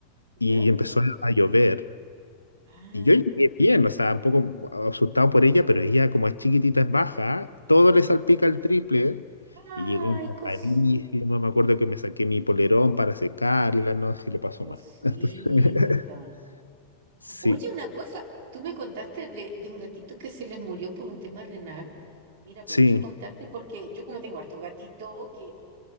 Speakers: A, on the left; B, on the right.
A: Y
B: <laughs> ¿Ya?
A: empezó a llover
B: Ah,
A: y yo llegué bien, o sea, un poco asustado por ella, pero ella como es chiquitita, es baja, todo le salpica el triple.
B: ay,
A: Y llegó tapadísima,
B: cos-
A: me acuerdo que me saqué mi polerón para secarla, no sé si lo pasó
B: cosita.
A: mal. <laughs> Sí,
B: Oye, una cosa, tú me contaste de, de un gatito que se les murió por un tema renal. Mira, aprovecho
A: sí.
B: de contarte porque yo como tengo harto gatito, que